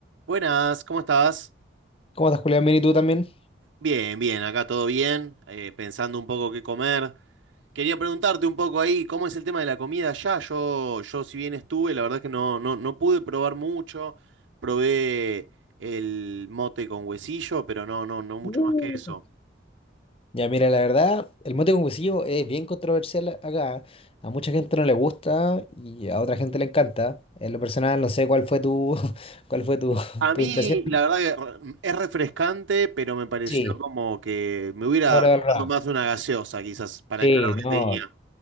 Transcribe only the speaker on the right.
Buenas, ¿cómo estás?
Bien, bien, acá todo bien, eh, pensando un poco qué comer. Quería preguntarte un poco ahí, ¿cómo es el tema de la comida allá? Yo, yo si bien estuve, la verdad es que no, no, no pude probar mucho. Probé el mote con huesillo, pero no, no, no mucho
más que eso.
A
mí,
la verdad que re- es refrescante, pero me pareció
como que me hubiera
tomado más una gaseosa, quizás, para
el calor
que tenía.